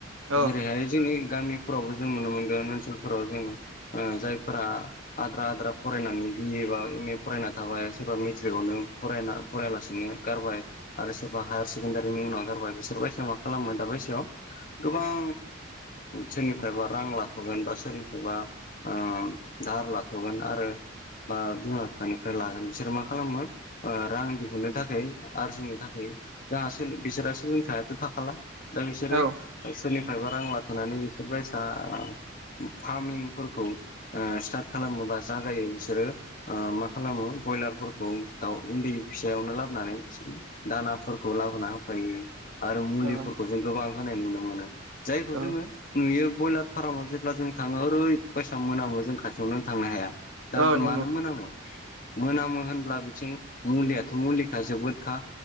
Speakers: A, on the right (about 85°); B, on the left (about 45°).
A: औ
B: जेरैहाय जोंनि गामि फोरावबो जों नुनो मोनगोन ओनसोलफोराव जों ओ जायफोरा आद्रा आद्रा फरायनानै बिए बा एम ए फरायना थाबाय सोरबा मेट्रिकआवनो फरायना फरायलासिनो गारबाय। आरो सोरबा हायार सेकेण्डारिनि नागारबाय बिसोर <unintelligible> मा खालामो दा बैसोआव गोबां सोरनिफ्रायबा रां लाथ'गोन बा सोरनिफ्रायबा ओ दाहार लाथ'गोन आरो बा बिमा बिफानिफ्राय लागोन बिसोरो मा खालामो ओ रां दिहुननो थाखाय आरजिनो थाखाय जाहासे बिसोरा सोलोंथायाथ' थाखाला। दा बिसोरो
A: औ
B: सोरनिफ्रायबा रां लाथ'नानै इफोर बायसा फार्मिंफोरखौ ओ स्टार्ट खालामोबा जागायो बिसोरो ओ मा खालामो ब्रयलारफोरखौ दाउ उन्दै फिसायावनो लाबोनानै दानाफोरखौ लाबोना होफैयो। आरो मुलिफोरखौ
A: औ
B: जों गोबां होनाय नुनो मोनो जायखौ
A: औ
B: जोङो नुयो ब्रयलार फार्माव जेब्ला जों थाङो ओरै बायसा मोनामो जों खाथियावनो थांनो हाया। दा
A: औ नंगौ
B: मानो मोनामो? मोनामो होनब्ला बिथिं मुलियाथ' मुलिखा जोबोदखा